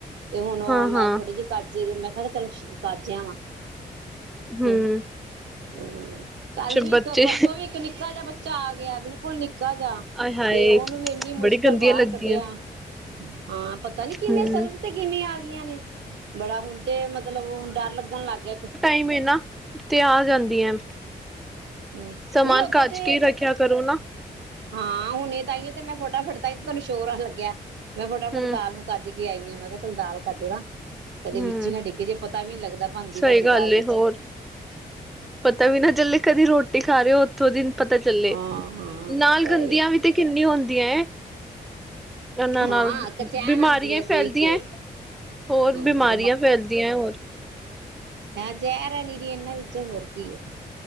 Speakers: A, on the right (about 80°); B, in the centre.
A: ਤੇ ਹੁਣ ਔ
B: ਹਾਂ ਹਾਂ
A: ਮੈਂ ਥੋੜੇ ਜੇ ਕੱਜ ਜੇ, ਮੈਂ ਕਿਹਾ ਤੇ ਚੱਲ ਸ਼ ਕੱਜ ਆਵਾ।
B: ਹਮ
A: ਹੂੰ, ਅ ਕੱਲ ਵੀ
B: ਬੱਚੇ
A: ਇੱਕ ਪਰਸੋਂ ਵੀ ਇੱਕ ਨਿੱਕਾ ਜਾ ਬੱਚ ਚਾ ਆ ਗਿਆ ਬਿਲਕੁਲ ਨਿੱਕ ਕਾ ਜਾ
B: ਆਏ ਹਾਏ
A: ਤੇ ਔਨੂੰ ਵੀ ਏਨੀ ਮੁਸ਼ਕਲ
B: ਬੜੀ ਗੰਦੀਆਂ
A: ਬਾਰ
B: ਲੱਗਦੀਆਂ
A: ਕੱਢਿਆ। ਹਾਂ, ਪਤਾ ਨੀ ਕਿੰਨੇ
B: ਹਮ
A: ਸਲਫ ਤੇ ਕਿਵੇਂ ਆ ਨੀਆਂ ਨੇ। ਬੜਾ ਹੁਣ ਤੇ ਮਤਲਬ ਹੁਣ ਡੱਰ ਲੱਗਣ ਲੱਗ ਗਿਆ। ਤ
B: ਈਮ ਏਨਾ ਤੇ ਆ ਜਾਂਦੀਐਂ।
A: ਨਹੀਂ
B: ਸਮਾਨ
A: ਓਦਾਂ
B: ਕੱਜ
A: ਤੇ
B: ਕੇ ਰੱਖਿਆ ਕਰੋ ਨਾ।
A: ਹਾਂ, ਹੁਣੇ ਤਾਈਔ ਤੇ ਮੈਂ ਫੋਟਾ ਫਟ ਤਈ ਤੇ ਤੁਹਾਨੂੰ ਸੋ਼ਰ ਆਣ ਲੱਗਿਆ। ਮੈਂ ਫਟਾਫਟ
B: ਹਮ
A: ਦਾਲ ਨੂੰ ਕੱਜ ਕੇ ਆਈ ਆ ਮੈਂ ਕੈ ਚਲ ਦਾਲ ਕੱਜ ਦਾ। ਕਦੇ
B: ਹੂੰ
A: ਵਿੱਚ ਹੀ ਨਾ ਡਿੱਗ ਜੇ ਪਤਾ ਵੀ ਨੀ ਲੱਗਦਾ ਬਣਦੀ
B: ਸਹੀ
A: ਬਣਦੀ
B: ਗੱਲ
A: ਦਾਲ ਵਿੱਚ
B: ਏ, ਹੋਰ ਪਤਾ ਵੀ ਨਾ ਚੱਲੇ ਕਦੀ ਰੋਟੀ ਖਾ ਰੇ ਔ ਥੋੜੇ ਦਿਨ ਪਤਾ ਚੱਲੇ
A: ਹਾਂ ਹਾਂ
B: ਨਾਲ
A: ਸਹੀ
B: ਗੰਦੀਆਂ ਵੀ ਤੇ ਕਿੰਨੀ ਹੁੰਦੀਆਂ। ਉਹਨਾਂ ਨਾਲ
A: ਹਾਂ ਕਚੈਨ
B: ਬਿਮਾਰੀਆਂ
A: ਆਉਂਦੀ ਹੈ ਦੇਖ
B: ਫੈਲਦੀਆਂ
A: ਕੇ।
B: ਹੋਰ
A: ਹਮ
B: ਬਿਮਾਰੀਆਂ ਫੈਲਦੀਆਂ ਹੋਰ।
A: ਹਾਂ ਜ਼ਹਿਰ ਹੈ ਨੀਰੀ ਇਹਨਾਂ ਵਿੱਚੋਂ ਹੋਰ ਕੀ ਹੈ।